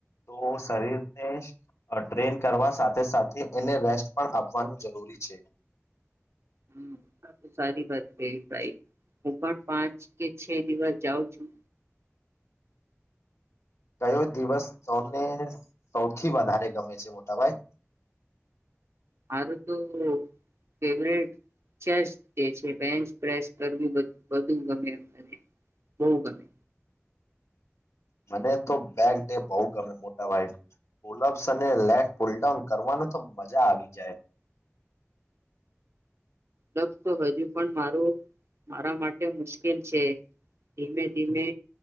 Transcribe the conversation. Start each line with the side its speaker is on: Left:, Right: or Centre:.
Left: તો શરીરને ટ્રેન કરવા સાથે સાથે એને રેસ્ટ પણ આપવાનું જરૂરી છે.
Right: હમ સારી વાત ભાઈ હું પણ પાંચ કે છે દિવસ જાઉં છું
Left: કયો દિવસ સૌને સૌથી વધારે ગમે છે મોટાભાઈ
Right: મારું તો ફેવરેટ ચેસટ ડે છે બેન્ચ સ્પેસર કરવુ બધું ગમે બો ગમે
Left: મને તો બેક ડે બો ગમે મોટા ભાઈ પુલપ્સ અને લેક પુલડાઉન કરવાનું તો મજા આવી જાય
Right: <unintelligible> તો હજુ પણ મારું મારા માટે મુશ્કેલ છે ધીમે ધીમે